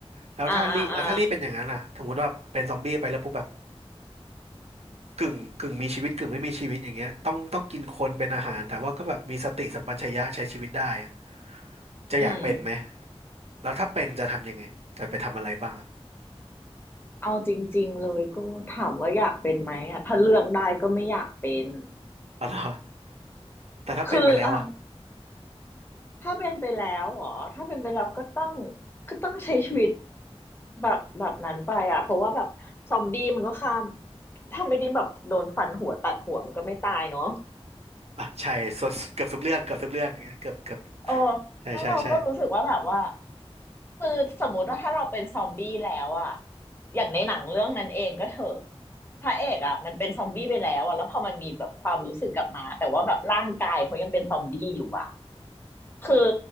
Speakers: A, on the right; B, on the left.
A: แล้วถ้ารี่แล้วถ้ารี่เป็นอย่างนั้นล่ะสมมติว่าเป็นซอมบี้ไปแล้วปุ๊บแบบ
B: อ่าอ่าอ่า
A: กึ่งกึ่งมีชีวิตกึ่งไม่มีชีวิตอย่างเงี้ยต้องต้องกินคนเป็นอาหารแต่ว่าก็แบบมีสติสัมปชัญญะใช้ชีวิตได้อะจะอยากเป็นไหม
B: อืม
A: แล้วถ้าเป็นจะทำยังไงจะไปทำอะไรบ้างอะ
B: เอาจริงๆเลยก็ถามว่าอยากเป็นไหมอ่ะถ้าเลือกได้ก็ไม่อยากเป็น
A: อ๋อเหรอแต่ถ้าเป็นไปแล้วอะ
B: คืออ่ะ ถ้าเป็นไปแล้วเหรอถ้าเป็นไปแล้วก็ต้องก็ต้องใช้ชีวิตแบบแบบนั้นไปอ่ะเพราะว่าแบบซอมบี้มันก็ฆ่าถ้าไม่ได้แบบโดนฟันหัวตัดหัวมันก็ไม่ตายเนาะ
A: อ่ะใช่ส่วนเกือบทุกเรื่องเกือบทุกเรื่องเกือบเกือบ
B: เออ
A: ใช่ใช่ใช่
B: แล้วเราก็รู้สึกว่าแบบว่าคือสมมติว่าถ้าเราเป็นซอมบี้แล้วอะอย่างในหนังเรื่องนั้นเองก็เถอะพระเอกอะมันเป็นซอมบี้ไปแล้วอะแล้วพอมันมีแบบความรู้สึกกลับมาแต่ว่าแบบร่างกายเขายังเป็นซอมบี้อยู่อะ คือ